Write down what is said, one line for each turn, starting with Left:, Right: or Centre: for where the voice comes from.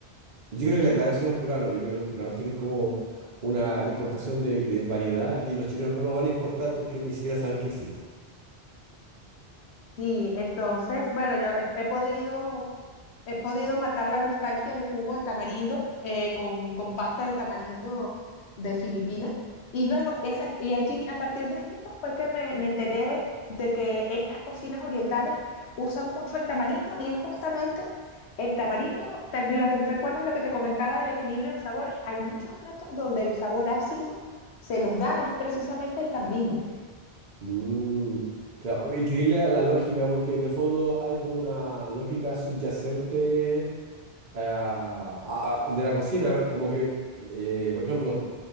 Right: yo creo que la clave son los peruanos. Yo creo que los peruanos tienen como una importación de, de variedad y los chinos no lo van a importar porque ni siquiera saben que existe.
Left: y entonces, bueno, yo he, he podido... He podido matar la nostalgia del jugo de tamarindo eh, con, con pasta de tamarindo de Filipinas. Y luego, esa, y allí, a partir de allí, pues fue que me, me enteré de que estas cocinas orientales usan mucho el tamarindo y es justamente el tamarindo. ¿Te la- ¿Recuerdas lo que te comentaba del equilibrio de sabores? Hay muchos platos donde el sabor ácido se los da es precisamente el tamarindo.
Right: Mm, claro, increíble la, la lógica, porque en el fondo hay como una lógica subyacente ah, a- de la cocina, como que, eh, por ejemplo,